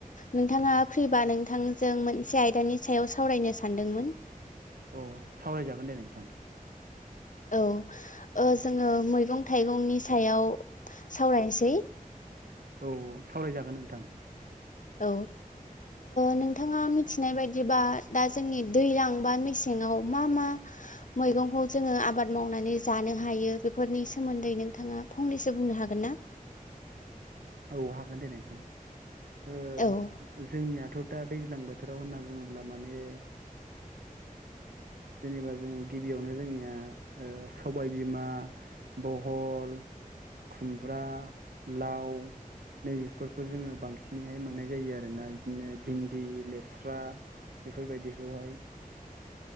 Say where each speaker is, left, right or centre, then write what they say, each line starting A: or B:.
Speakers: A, on the left (about 60°); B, on the right (about 85°).
A: नोंथाङा फैबा नोंथांजों मोनसे आयदानि सायाव सावरायनो सानदोंमोन।
B: अ सावरायजागोन दे नोंथां।
A: औ जोङो मैगं थाइगंनि सायाव सावरायनोसै।
B: औ सावरायजागोन नोंथां
A: औ नोंथाङा मिथिनाय बायदिबा दा जोंनि दैजलां बा मेसेङाव मा मा मैगंखौ जोङो आबाद मावनानै जानो हायो बेफोरनि सोमोन्दै नोंथाङा फंनैसो बुंनो हागोन ना?
B: औ हागोन दे नोंथां ओ
A: औ
B: जोंनियाथ' दा दैज्लां बोथोराव होनना बुङोब्ला माने जेनेबा जोङो गिबियावनो जोंनिया सबाय बिमा बहल खुमब्रा लाव नैबेफोरखौ जोङो बांसिनैहाय मोननाय जायो आरोना बिदिनो भिन्दि लेस्रा बेफोरबायदिखौहाय